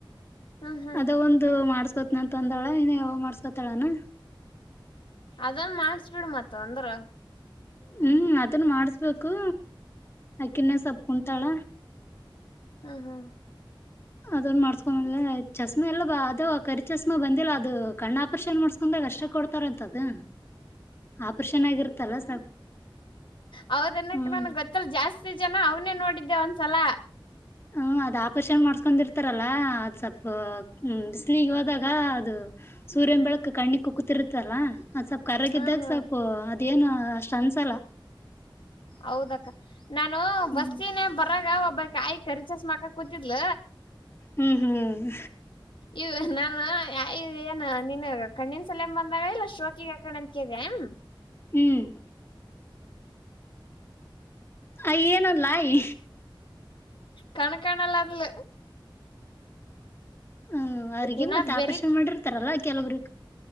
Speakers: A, on the left; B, on the left.
A: ಹ್ಮ್ ಹ್ಮ್
B: ಅದ ಒಂದು ಮಾಡಸ್ಕೊತ್ನಂತ ಅಂದಳ ಇನ್ನು ಯಾವ ಮಾಡಸ್ಕೊತಾಳನಾ
A: ಅದ ಮಾಡಸ್ ಬಿಿಡ ಮತ್ ಅಂದ್ರ
B: ಹ್ಮ್ ಅದನ್ ಮಾಡಸ್ಬೇಕು ಅಕ್ಕಿನ್ ಸಪ್ಪ ಕುಂತಾಳ
A: ಹ್ಮ ಹಾ
B: ಅದೊಂದ ಮಾಡ್ಸ್ಕೊ ಚಸ್್ಮೆ ಎಲ್ಲ ಅದು ಕರಿ ಚಸ್ಮಾ ಬಂದಿಲ್ಲ ಅದು ಕಣ್ಣ ಆಪರಷನ್ ಮಾಡಸ್ಕೊಂಡ ಕಷ್ಟ ಕೊಡ್ತಾರ ಅಂತದು ಆಪರಷನ್ ಆಗಿರ್ತ್ತಲ್ಲ ಸ್ವಲ್ಪ
A: ಹೌದನ್ನಕ್ಕೆ
B: ಹ್ಮ್
A: ನನ್ಗ್ ಗೊತ್ತಲ್ಲ ಜಾಸ್ತಿ ಜನ ಅವ್ನೇ ನೋಡಿದ್ದೆ ಒಂದ್ಸಲ
B: ಹಞ ಅದು ಆಪರೇಷನ್ ಮಾಡಸ್ಕೊಂಡಿರ್ತಾರಲ್ಲ ಅದು ಸ್ವಲ್ಪ ಬಿಸಿಲಿಗೆ ಹೋದಾಗ ಅದು ಸೂರ್ಯನ ಬೆಳಗ್ ಕಣ್ಣಿ ಕುಗ್ತಿರುತ್ತಲ್ಲಾ ಅ್ ಸ್ವಲ್ಪ್ ಕರೋಗಿದ್ದಾಗ
A: ಹ ಹಾ
B: ಸ್ವಪ್ಪ ಅದೇಏನು ಅಷ್ಟ್ ಅನ್ಸಲ್ಲ
A: ಹೌದಕ್ಕ ನಾನು
B: ಹ್ಮ್
A: ಬಸ್ತಿನೇ ಬರಾಗ ಹಬ್ಬ ಕಾಯಿ ಕರಿಚಸ್ಮಾಹಾಕೊಂಡ ಕೂತಿದ್ಲ
B: ಹ್ಮ್ ಹ್ಮ್
A: ಇವ ನಾನ ಏನ ನೀನ್ ಕಣ್ಣಿನ ಸಲಮ್ ಬಂದಾಗ ಇಲ್ಲ ಶೋಕಿಿಗೆಾಕೊಂಡ ಅನ್ ಕೇಳಿದೆ <inaudible>
B: ಹ್ಮ್ ಐ ಏನಅಂದ್ಲ ಆಯಿ
A: ಕಣಕಣಲ್ಲ ಅಲ್ಲ
B: ಹ್ಮ ಅವಿಗೆ
A: ಇನ್ನ
B: ಮತ್ ಆಪರೇಷನ್
A: ಬೆರಿಕ್
B: ಮಾಡಿರ್ತಾರಲ್ಲ ಕೆಲವ್ರ